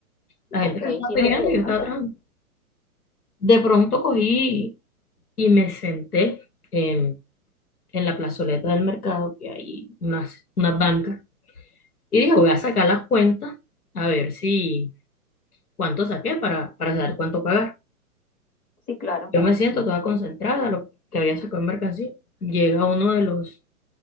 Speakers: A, on the left; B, on the left.
A: La
B: Ok,
A: gente me estaba
B: sí,
A: pidiendo
B: no.
A: y yo
B: ah,
A: estaba trabajando. De pronto cogí y me senté en, en la plazoleta del mercado, que hay unas, unas bancas, y dije, voy a sacar las cuentas a ver si cuánto saqué para, para saber cuánto pagar.
B: Sí, claro.
A: Yo me siento toda concentrada, lo que había sacado en mercancía. Llega uno de los